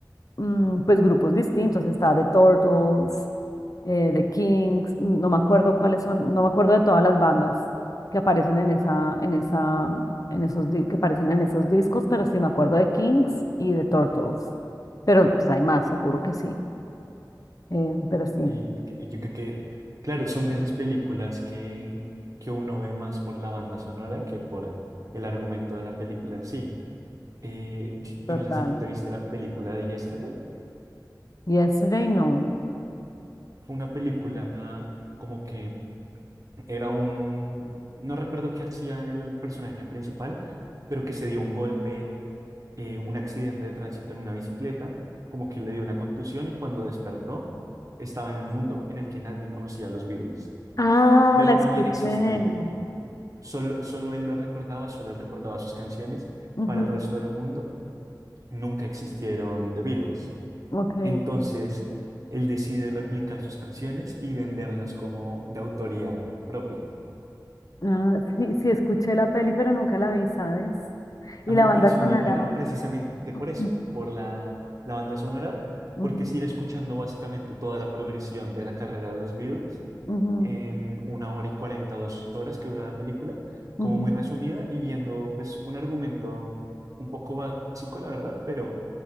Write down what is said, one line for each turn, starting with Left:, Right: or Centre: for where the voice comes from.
Left: mm, pues grupos distintos, está The Turtles, eh, The Kings, mm, no me acuerdo cuáles son, no me acuerdo de todas las bandas que aparecen en esa, en esa, en esos, di- que aparecen en esos discos, pero sí me acuerdo de Kings y The Turtles. Pero pues hay más, seguro que sí. eh, pero sí,
Right: y que- y yo creo que, claro, son de esas películas que, que uno ve más por la banda sonora que por el argumento de la película en sí. Eh, yo
Left: total.
Right: no sé si tú te viste la película de Yesterday.
Left: Yesterday, no.
Right: Fue una película como que era un, no recuerdo qué hacía el personaje principal, pero que se dio un golpe, eh, un accidente de tránsito en una bicicleta, como que le dio una contusión y cuando despertó estaba en un mundo en el que nadie conocía a los Beatles.
Left: Ah,
Right: No,
Left: la
Right: no
Left: escuché.
Right: habían existido. Solo, solo él lo recordaba, solo él recordaba sus canciones.
Left: Ujú,
Right: Para el resto del mundo nunca existieron The Beatles.
Left: ok.
Right: Entonces, él decide replicar sus canciones y venderlas como de autoría propia.
Left: Ah, sí, sí, escuché la peli, pero nunca la vi, ¿sabes? Y
Right: A mí
Left: la
Right: me
Left: banda
Right: pareció
Left: sonará.
Right: muy buena precisamente por
Left: <clears throat>
Right: eso, por la, la banda sonora,
Left: Ujú,
Right: porque es ir escuchando básicamente toda la progresión de la carrera de los Beatles
Left: ujú,
Right: en una hora y cuarenta, dos horas que dura la película,
Left: ujú.
Right: como muy resumida y viendo pues un argumento un poco básico, la verdad, pero